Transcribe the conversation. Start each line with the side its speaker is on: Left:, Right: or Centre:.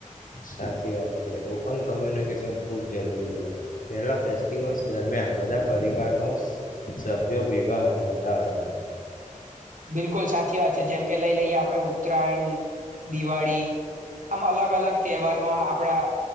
Left: સાચી વાત છે ઓપન કોમ્યુનિકેશન. ખૂબ જરૂરી છે પેલા ફેસ્ટિવ દરમિયાન બધા પરિવાર સભ્યો ભેગા હતા હતા.
Right: બિલકુલ સાચી વાત છે જેમકે લઈ લઈએ આપડણે ઉત્તરાયણ દિવાળી આમ અલગ અલગ તહેવારમાં આપડા